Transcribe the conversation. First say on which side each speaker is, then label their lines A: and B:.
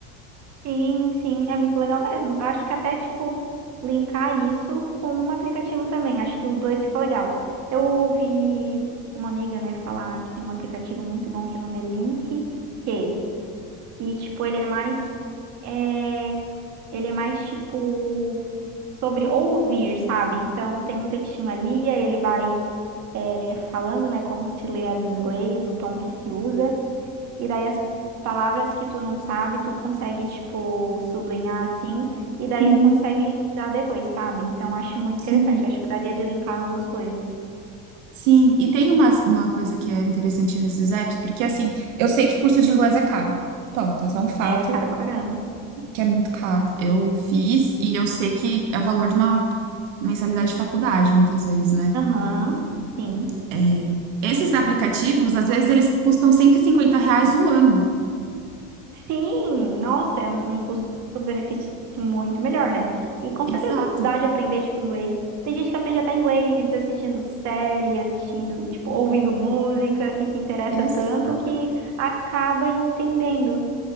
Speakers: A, on the right (about 45°); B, on the right (about 80°).
A: Sim, sim, é muito legal mesmo. Eu acho que até, tipo, linkar isso com um aplicativo também. Acho que os dois ficou legal. Eu ouvi uma amiga, né, falar que tem um aplicativo muito bom que o nome é Link Q. E, tipo, ele é mais. é, ele é mais, tipo, sobre ouvir, sabe? Então, tem um textinho ali, aí ele vai é, falando, né, como se lê ali em inglês, o tom que se usa. E daí as palavras que tu não sabe, tu consegue, tipo, sublinhar assim. E daí
B: Uhum.
A: tu consegue revisar depois, sabe? Então, acho muito
B: Sim,
A: interessante. Acho que daria de linkar as duas coisas.
B: sim. E tem uma, uma coisa que é interessante nesses apps, porque assim, eu sei que curso de inglês é caro. Ponto, esse é um fato
A: É, cara pra caramba.
B: que é muito caro. Eu fiz e eu sei que é o valor de uma mensalidade de faculdade, muitas vezes, né?
A: Aham, sim.
B: É, esses aplicativos, às vezes, eles custam 150 reais o ano.
A: Sim, nossa, é um custo-benefício muito melhor, né? E com
B: Exato,
A: certeza dá de aprender, tipo, inglês. Tem gente que aprende até inglês assistindo série, assistindo, tipo, ouvindo música, que se interessa
B: exato.
A: tanto que acaba entendendo.